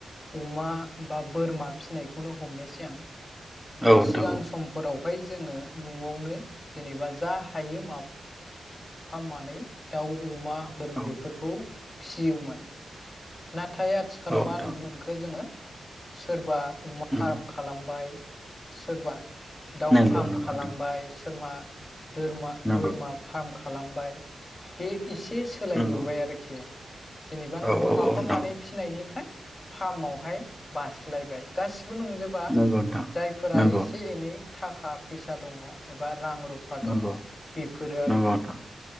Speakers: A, on the left; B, in the centre.
A: अमा बा बोरमा फिसिनायखौनो हमनोसै आं
B: औ नोंथां
A: सिगां
B: औ
A: समफोरावहाय जोङो न'आवनो जेनेबा जा हायो माब फामनानै दाउ अमा बोरमा
B: औ
A: बेफोरखौ फियोमोन नाथ नाथाय आथिखालाव
B: नोंथां
A: मा नुनो मोनखो जोङो सोरबा अमा फार्म
B: उम,
A: खालामबाय सोरबा दाउ
B: नंगौ
A: फार्म
B: नंगौ
A: खालामबाय
B: नोंथां
A: सोरमा थोरमा
B: नंगौ
A: बोरमा फार्म खाम खामबाय हि एसे सोलायबोबाय
B: नंगौ
A: आरोखि जेनेबा
B: औ
A: न'आव
B: औ
A: माफा
B: औ नोंथां
A: मानै फिसिनायनिफ्राय फार्मावहाय बास्लायबाय गासिब बोनंजोबा
B: नंगौ नोंथां
A: जायफोरा
B: नंगौ
A: एसे एनै था थाखा फैसा दङ एबा रां रुफा दङ
B: नंगौ
A: बेफोरो आरोखि
B: नंगौ नोंथां